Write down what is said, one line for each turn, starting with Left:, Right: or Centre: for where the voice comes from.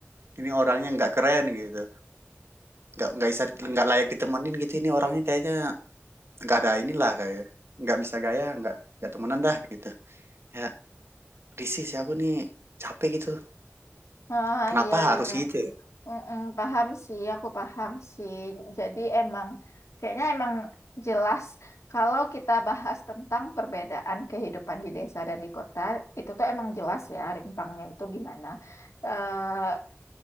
Right: ini orangnya nggak keren gitu, nggak nggak bisa nggak layak ditemenin gitu, ini orangnya kayaknya nggak ada inilah kayak nggak bisa gaya nggak nggak temenan dah gitu ya risih sih aku nih capek gitu
Left: Ah,
Right: kenapa
Left: iya,
Right: harus
Left: iya.
Right: gitu ya?
Left: Mm-mm, paham sih, aku paham sih. Jadi emang, kayaknya emang jelas kalau kita bahas tentang perbedaan kehidupan di desa dan di kota, itu tuh emang jelas ya rimpangnya itu gimana. Eh,